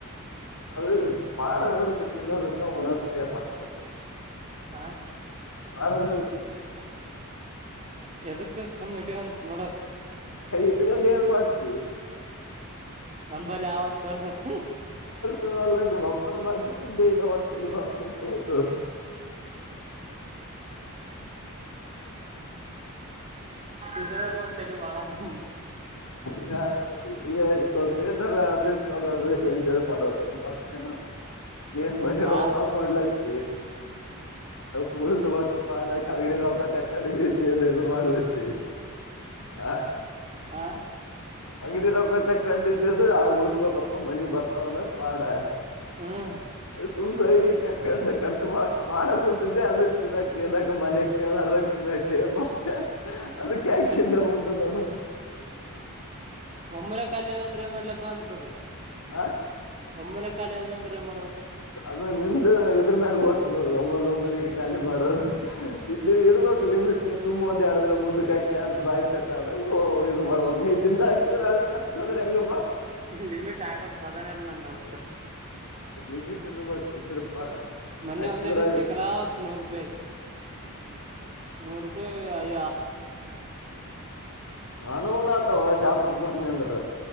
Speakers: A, on the left; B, on the right.
A: ಅದು ಮಾಡಡಗಕ್ಕೆ ತಿನ್ನದಕ್ಕ ಉಣದುಕ್ಕ ಮಜದ
B: ಆ
A: ಮಾಡೋದೇ ಇರುತ್ತೆ
B: ಎದಕ್ಕ ಸಮಯಟಂತ ನೋಡಕ್
A: ಇಟ್ ಗಂಡು ಏನ್ ಮಾಡ್ತಿವಿ
B: ನಂಬಲ್ಲಿ ಯಾವಂತ ತೋರ್ಬೇಕ
A: ದಲ್ಲ ನಿವು್ ಅಪ್ಪರ್ ಮಾಡಿಟ್ಟಿಂದ ಏೋ ಒಂದ ತಲಿ ಮಾರ್ಕೊಂಡಂತೋಳಸದ
B: ಇದ್ರಗೂ ಅಂತಲ್ಲಿ ಮಾಡೇಮ್ ಹ್ಮ
A: <unintelligible> ಸ್ವಲ್ಪ ಏನಾರ ಅದ ತಗೋದು ಎಂಜಾಯ್ ಮಾಡದು ಮತ್ತನ ನೀನ್ ಮನ
B: ವಾ
A: ರೊಕ್ಕಾಳ ಮಾಡ್ಲೈತಿ ಕಳ್ಸಬೇಕಪ್ಪ ಅ ಕಂಗಡಿ ಕ್ಕ ತಕ್ಕಂಡಿಗೆಸ ಏನ್ ಇದು ಮಾಡ್ಲತಿ ಹ
B: ಹಾ
A: ಅಂಗಡಿ ರತ್ತ ಕಂಡಿದ ಅಂದ್ರೆ ಆ ಉಳ್ಸ್ಬಬೇಕಪ್ಪ ಮನಿಗ್ ಬರ್ತಾವನಕ್ ಪಾಡ
B: ಹ್ಮ್
A: ಸುಮ್ಸ ಇಡ ತಕೊಂಡೆ ಖರ್ಚು ಮಾಡಕ ಮಾಡ ಹಂತಿದ್ದ ಅದು ತಿನ್ನಕ್ ಏನಕ ಮನೆ ಕೇಳಾರಂಗ ತಿನ್ನಾಕ ಮತ್ತ ಅದಕ್ಕೆ್ಯಾಕಿಂದ ಮುಂತ ನೋಡ್ಬೇಕ
B: ಒಮ್ಮರ ಕಲ್ಲದಂದು ಸ್ರರೆ ಮಾಡ್ಲಪ್ಪ ಅಂತದೆ
A: ಹಾ
B: ಒಮ್ಮನೆ ಖಾಲಿ ಅದು ಅಂದ್ರೆಏ ಮಾಡ
A: ಅದ ನಿಂದ ಇದ್ರ ಮ್ಯಾಗ ಹೋ್ತದ ಒಂಬಲ್ದ ಒಂಬಲಿಗೆ ಖಾಲಿ ಮಾಡೋದು ಇರ್ಬೇಕು ಲಿಮಿಟ್ ಸುಮ್ಮ್ ಒಂದ ಎರಡು ದಿನ ಮುಂದ್ ಕಾಯಕ ಅಂತ ಬಾಯಿ ಚಟ ಆದದಾಗ ಇ್ ಮಾಡ್ಬಕ್ ನೀ ದಿನ ಹಚ್ಚಿದ್ರ ಅದಕ್ಕೆ ಎತ್ತತ್ನ ಅಂದ್ರೆ ಹೆಂಗಪ್ಪಾ
B: ಲಿಮಿಟ್ ಆಗ ಪದನ ಎಲ್ಲ ಅಂದ <inaudible>
A: ಅ <unintelligible> ಇರ್ಬೇಕ್ ಇದ್ರ ಪಾಡ
B: ಮನ್ನೆ
A: ಹಚ್ಚಿದ್ರ
B: ಒಂದ ದಿವಸ
A: ಅದಕ್ಕೆ
B: ಕಲಾಸ್ ನೂರು ರೂಪಾಯಿ ನೂರು ರೂ ಯ <unintelligible>
A: ನಾನವುನ್ತಾವ ಶಾಪರು ಮಂದ ಅಂದ್ರ